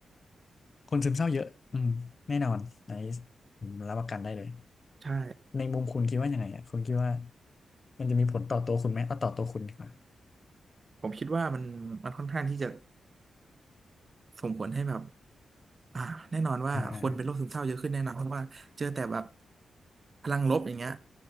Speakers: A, on the left; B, on the right.
A: ๆคนซึมเศร้าเยอะอืมแน่นอนอันนี้ผมรับประกันได้เลย
B: ใช่
A: ในมุมคุณคิดว่ายังไงอ่ะคุณคิดว่ามันจะมีผลต่อตัวคุณไหมเอาต่อตัวคุณดีกว่า
B: ผมคิดว่ามันมันค่อนข้างที่จะส่งผลให้แบบ อ่าแน่นอนว่าคนเป็นโรคซึมเศร้าเยอะขึ้นแน่นอนเพราะว่าเจอแต่แบบ
A: อ่าอ่า
B: พลังลบอย่างเงี้ย